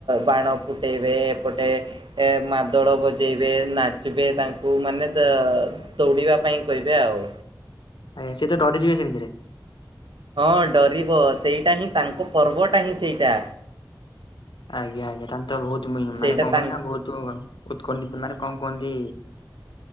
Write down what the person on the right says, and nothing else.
ବାଣ ଫୁଟେଇବେ ଏପଟେ ଏ ମାଦଳ ବଜେଇବେ। ନାଚିବେ ତାଙ୍କୁ ମାନେ ଦ ଦୌଡିବା ପାଇଁ କହିବେ ଆଉ।
ହଁ ଡରିବ ସେଇଟା ହିଁ ତାଙ୍କ ପର୍ବଟା ହିଁ ସେଇଟା।
ସେଇଟା
ତାଙ୍କ